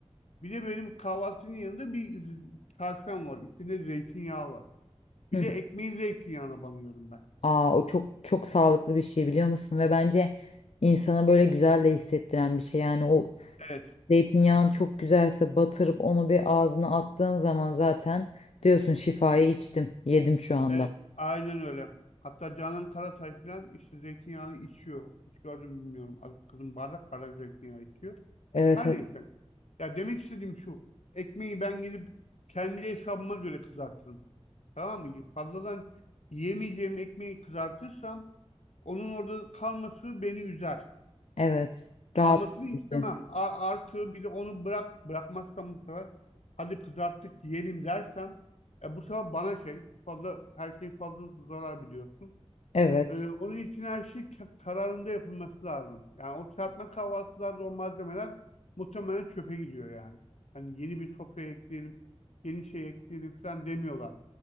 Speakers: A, on the left; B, on the left.
A: Bir de benim kahvaltının yanında bir z- kasem var. İçinde zeytinyağı var. Bir
B: Hı.
A: de ekmeği zeytinyağına banıyorum ben.
B: Aa, o çok çok sağlıklı bir şey biliyor musun? Ve bence insana böyle güzel de hissettiren bir şey. Yani o
A: Evet.
B: zeytinyağın çok güzelse batırıp onu bir ağzına attığın zaman zaten diyorsun şifayı içtim, yedim şu anda.
A: Evet. Aynen öyle. Hatta Canan Karatay falan işte zeytinyağını içiyor. Hiç gördüm mü bilmiyorum. Az- Kadın bardak bardak zeytinyağı içiyor.
B: Evet
A: Her neyse. Ya demek istediğim şu. Ekmeği ben gidip kendi hesabıma göre kızartırım. Tamam mı? Fazladan yemeyeceğim ekmeği kızartırsam Onun orada kalması beni üzer.
B: Evet,
A: Kalmasını
B: rahatsız
A: istemem.
B: edici.
A: A- artı bir de onu bırak bırakmazsam bu sefer hadi kızarttık yiyelim dersem e, bu sefer bana şey fazla her şey fazla zarar biliyorsun.
B: Evet.
A: E, onun için her şey ka- kararında yapılması lazım. Yani o serpme kahvaltılarda o malzemeler muhtemelen çöpe gidiyor yani. Hani yeni bir sofra ekleyelim, yeni şey ekleyelim falan demiyorlar.